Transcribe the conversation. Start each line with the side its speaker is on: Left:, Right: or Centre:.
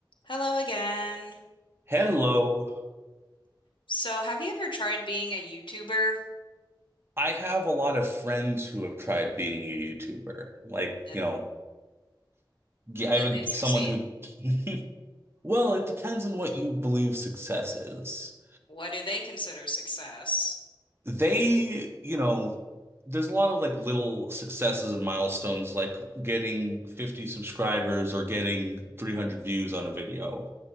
Left: Hello again.
Right: Hello.
Left: So, have you ever tried being a YouTuber?
Right: I have a lot of friends who have tried being a YouTuber. Like,
Left: Did
Right: you know, g- I
Left: did
Right: have a,
Left: they succeed?
Right: someone who, <laughs> well, it depends on what you believe success is.
Left: What do they consider success?
Right: They, you know, there's a lot of like little successes and milestones, like getting 50 subscribers or getting 300 views on a video.